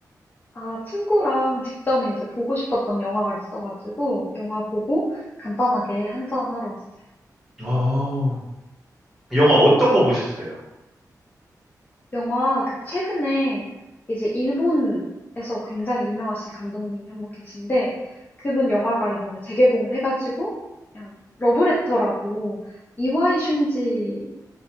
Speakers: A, on the left (about 25°); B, in the centre.
A: 아 친구랑 직전에 이제 보고 싶었던 영화가 있어가지고 영화 보고 간단하게 한잔 하러 왔어요.
B: 아, 영화 어떤 거 보셨어요?
A: 영화 그 최근에 이제 일본에서 굉장히 유명하신 감독님이 한 분 계신데 그분 영화가 이번에 재개봉을 해가지고 그냥 러브레터라고 이와이 슌지